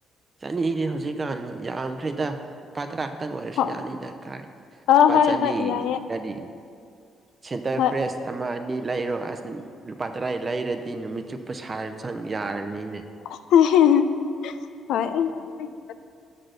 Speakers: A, on the right; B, on the left.
A: ꯆꯥꯅꯤꯗꯤ ꯍꯧꯖꯤꯛꯀꯥꯟ ꯌꯥꯝꯈ꯭ꯔꯦꯗ ꯂꯨꯄꯥ ꯇꯔꯥ ꯈꯛꯇ ꯑꯣꯏꯔꯁꯨ
B: ꯍꯣ
A: ꯌꯥꯅꯤꯗ ꯀꯥꯏ
B: ꯑ
A: ꯂꯨꯄꯥ
B: ꯍꯣꯏ
A: ꯆꯥꯅꯤꯒꯤ
B: ꯍꯣꯏ ꯌꯥꯏꯌꯦ
A: ꯀꯔꯤ ꯁꯦꯟꯇꯔ
B: ꯍꯣꯏ
A: ꯐ꯭ꯔꯦꯁ ꯑꯃ ꯑꯅꯤ ꯂꯩꯔꯣ ꯑꯁ ꯂꯨꯄꯥ ꯇꯔꯥ ꯂꯩꯔꯗꯤ ꯅꯨꯃꯤꯠ ꯆꯨꯞ ꯄꯩꯁꯥꯁꯨ ꯆꯪ ꯌꯥꯔꯅꯤ
B: ꯍꯣꯏ